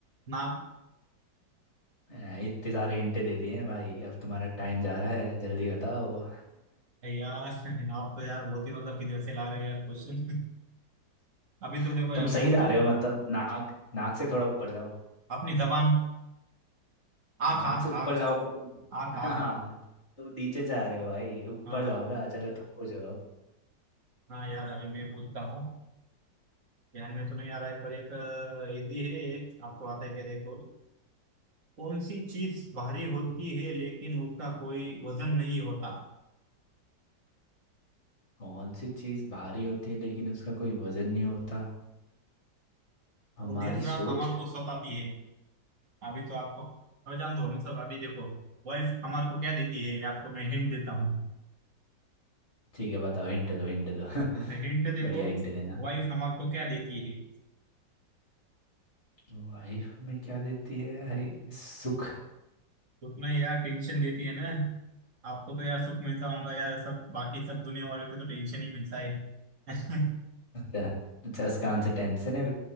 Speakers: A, on the right (about 45°); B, on the left (about 35°).
A: ना
B: ए, इतने सारे हिंटे दे दिए हैं भाई अब तुम्हारा टाइम जा रहा है जल्दी बताओ
A: है यार आप तो यार बहुत ही मतलब किधर से ला रहे हो यार क्वेश्चन अभी तो
B: <laughs>
A: देखो यार
B: तुम
A: मुंह
B: सही जा
A: तो
B: रहे हो मतलब नाक नाक से थोड़ा ऊपर जाओ
A: अपनी जबान आख
B: नाक
A: आख
B: से ऊपर
A: आख
B: जाओगे तुम
A: आख
B: <laughs> हाँ
A: आख
B: तुम नीचे जा रहे हो भाई ऊपर
A: हाँ हाँ
B: जाओ ना चलो तुम पूछो अब
A: हाँ यार अभी मैं पूछता हूँ ध्यान में तो नहीं आ रहा है पर एक इजी है एक आपको आता है क्या देखो <laughs> कौन सी चीज भारी होती है लेकिन उसका कोई वजन नहीं होता
B: कौन सी चीज़ भारी होती है लेकिन उसका कोई वजन नहीं होता हमारी
A: वो दिन रात
B: सोच
A: हमारे को सताती है अभी तो आपको और जान दो मतलब अभी देखो वाइफ हमारे को क्या देती है आपको मैं हिंट देता हूँ
B: ठीक है बताओ हिंट दो हिंट दो <laughs>
A: हिंट देखो
B: बढ़िया हिंट देना
A: वाइफ हमारे को क्या देती है
B: वाइफ हमें क्या देती है भाई सुख
A: सुख में यार टेंशन देती है ना आपको तो यार सुख मिलता होगा यार सब बाकी सब दुनिया वाले को तो टेंशन ही मिलता है <laughs>
B: अच्छा अच्छा इसका आंसर टेंशन है